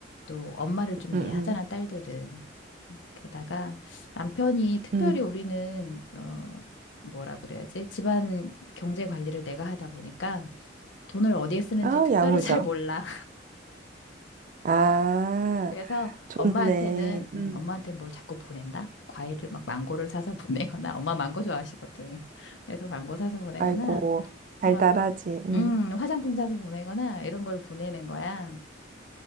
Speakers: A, on the left; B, on the right.
A: 또 엄마를 좀 이해하잖아,
B: 응, 응,
A: 딸들은. 게다가 남편이 특별히
B: 응.
A: 우리는, 어, 뭐라 그래야지? 집안 경제 관리를 내가 하다 보니까 돈을 어디에 쓰는지
B: 아우,
A: 특별히
B: 야무져.
A: 잘 몰라.
B: 아,
A: 그래서
B: 좋네.
A: 엄마한테는 음,
B: 응
A: 엄마한테는 뭘 자꾸 보낸다? 과일을 막 망고를 사서 <laughs> 보내거나 엄마 망고 좋아하시거든. 그래서 망고 사서 보내거나
B: 아이고, 달달하지.
A: 막
B: 응.
A: 음, 화장품 사서 보내거나 이런 걸 보내는 거야.